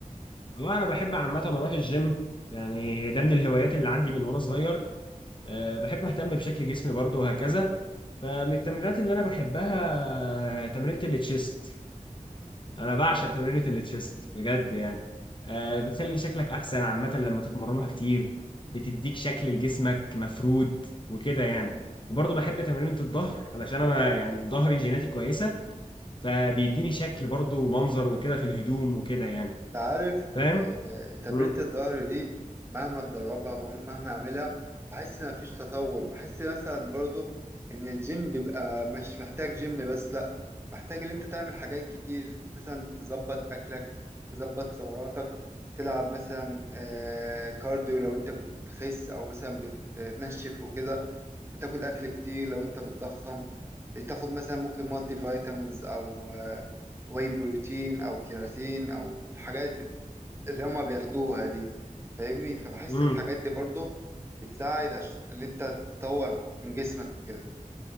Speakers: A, on the left (about 35°); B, on the right (about 20°).
A: والله انا بحب عامه اروح الجيم يعني ده من الهوايات اللي عندي من وانا صغير أه بحب اهتم بشكل جسمي برضو وهكذا فمن التمرينات اللي انا بحبها تمرينة التشيست انا بعشق تمرينة التشيست بجد يعني آه، بتخلي شكلك احسن عامة لما تتمرنها كتير بتديك شكل لجسمك مفرود وكده يعني وبرضه بحب تمرينة الظهر علشان انا يعني ظهري جيناتي كويسة فبيديني شكل برضه ومنظر وكده في الهدوم وكده يعني
B: عارف
A: فاهم؟
B: آه، تمرينة
A: مم.
B: الظهر دي مهما اتدربها مهما اعملها بحس ان مفيش تطور بحس مثلا برضو ان الجيم بيبقى مش محتاج جيم بس لا محتاج ان انت تعمل حاجات كتير مثلا تظبط اكلك تظبط سعراتك تلعب مثلا آه، كارديو لو انت بتخس او مثلا بتنشف وكده وتاكل اكل كتير لو انت بتضخم تاخد مثلا ممكن مالتي فيتامينز او آه، واي بروتين او كيراتين او الحاجات اللي هما بياخدوها دي فاهمني فبحس
A: مم.
B: الحاجات دي برضو بتساعد عش... اللي انت تطور من جسمك وكده